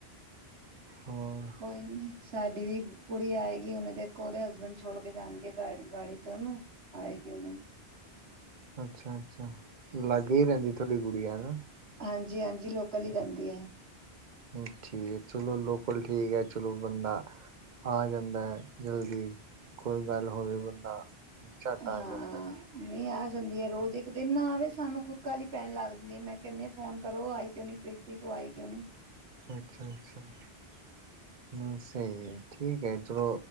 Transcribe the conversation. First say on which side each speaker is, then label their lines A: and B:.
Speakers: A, on the right; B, on the right.
A: ਹੋਰ।
B: ਕੋਈ ਨ ਸਾਡੀ ਵੀ ਕੁੜੀ ਆਏਗੀ ਉਹਨੇ ਦੇਖੋ ਉਹਦੇ ਹਸਬੈਂਡ ਛੋੜ ਕੇ ਜਾਣਗੇ ਗ ਗਾੜੀ ਤੇ ਉਹਨੂੰ ਆਏ ਕਿਉਨੇ।
A: ਅੱਛਾ-ਅੱਛਾ ਲਾਗੇ ਹੀ ਰਹਿੰਦੀ ਤੁਹਾਡੀ ਗੁੜੀ ਆ ਨਾ।
B: ਹਾਂਜੀ-ਹਾਂਜੀ ਲੋਕਲ ਹੀ ਰਹਿੰਦੀ ਹੈ।
A: ਉੱਥੇ ਚਲੋ ਲੋਕਲ ਠੀਕ ਹੈ। ਚਲੋ ਬੰਦਾ ਆ ਜਾਂਦਾ ਜਲਦੀ ਦੀ ਕੋਈ ਗੱਲ ਹੋਵੇ ਬੰਦਾ ਝਟ ਆ
B: ਹਾਂ
A: ਜਾਂਦਾ ਹੈ।
B: ਨਹੀਂ ਆ
A: ਹਮ,
B: ਜਾਂਦੀ ਹੈ ਰੋਜ਼ ਜੇ ਨਾ ਆਵੇ ਸਾਨੂੰ ਖੁਦ ਕਾਹਲੀ ਪੈਣ ਲੱਗਦੀ ਮੈਂ ਕਹਿੰਨੀ ਆ ਫੋਨ ਕਰੋ। ਆਈ ਕਿਉਂ ਨੀ ਪ੍ਰੀਤੀ ਤੋਂ ਆਈ ਕਿਉਂ ਨੀ।
A: ਅੱਛਾ-ਅੱਛਾ ਨਹੀਂ ਸਹੀ ਹੈ ਠੀਕ ਹੈ ਚਲੋ।